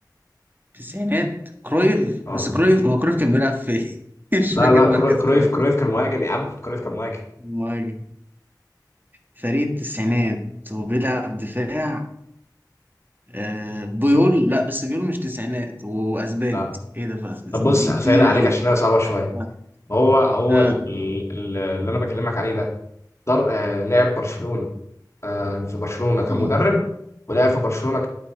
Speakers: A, on the right; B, on the left.
A: تسعينات كرويف بس
B: اه
A: كرويف هو كرويف كان بيلعب في <laughs> مش
B: لا
A: فاكر
B: لا
A: مركز
B: كرو- كرويف
A: كرويف
B: كرويف كان مهاجم يا عم كرويف كان مهاجم
A: مهاجم فريق التسعينات وبيلعب دفاع آه بيول لا بس بيول مش تسعينات واسباني
B: لا
A: ايه ده بقى
B: طب بص هسهل
A: تقيل
B: عليك
A: قوي
B: عشان
A: دي
B: هي صعبه شويه
A: ها
B: هو هو
A: آه.
B: ال- ال- اللي انا بكلمك عليه ده در آه لاعب برشلونة آه، في برشلونة كمدرب
A: آه.
B: ولعب في برشلونة